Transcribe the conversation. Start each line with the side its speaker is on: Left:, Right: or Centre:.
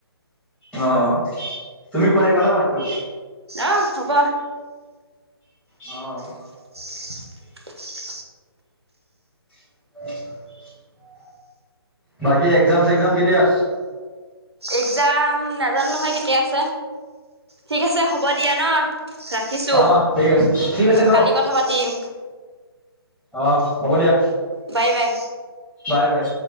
Centre: অ', অ', তুমি খুৱাই দিবা ন' ভাতটো?
Right: অ', হ'ব।
Centre: অ'।
Right: <inaudible>
Centre: <inaudible> বাকী এক্জাম চেগ্জাম কেতিয়া?
Right: এক্জাম নাজানো নহয় কেতিয়া আছে? ঠিক আছে হ'ব দিয়া ন', ৰাখিছোঁ
Centre: অ', ঠিক আছে, ঠিক আছে ন?
Right: কালি কথা পাতিম।
Centre: অ', হ'ব দিয়া।
Right: বাই, বাই।
Centre: বাই, বাই।